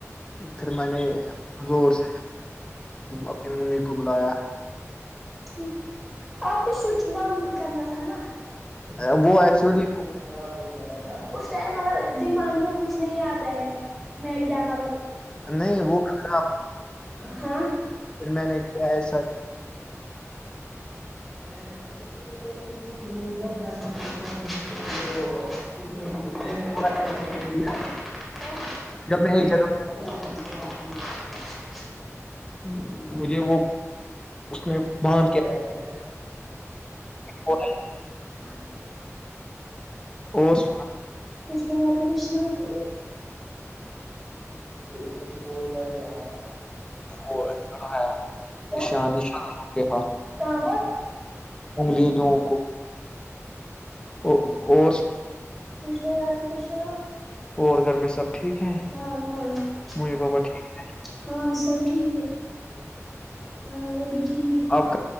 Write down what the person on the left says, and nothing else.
پھر میں نے زور سے اپنی ممی کو بلایا
اے،
ایکچولی
نہیں وہ کھڑا
پھر میں نے کیا ایسا
پورا کیا. جب
ایک
جگہ ہم، مجھے
اس نے باندھ کے
چھوڑا
اور
وہ لڑایا
نشان نشان کے ہاتھ
انگلیوں دووں کو <unintelligible> او- اور
اور گھر میں سب ٹھیک ہیں
ممی
پاپا ٹھیک ہے؟
آپ